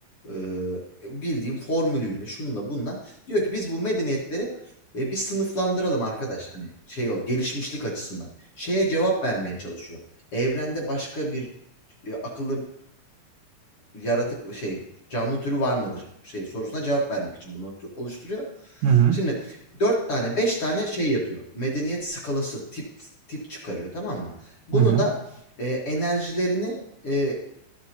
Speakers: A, on the left; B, on the right.
A: Eee, bildiğin formülüyle, şununla bununla diyor ki biz bu medeniyetleri, eee, bir sınıflandıralım arkadaş, hani, şey ol gelişmişlik açısından. Şeye cevap vermeye çalışıyor. Evrende başka bir, eee, akıllı yaratık şey canlı türü var mıdır şey sorusuna cevap vermek için bunu oluşturuyor.
B: Hı hı.
A: Şimdi dört tane beş tane şey yapıyor. Medeniyet skalası tip tip çıkarıyor tamam mı? Bunu
B: Hı hı.
A: da e, enerjilerini e,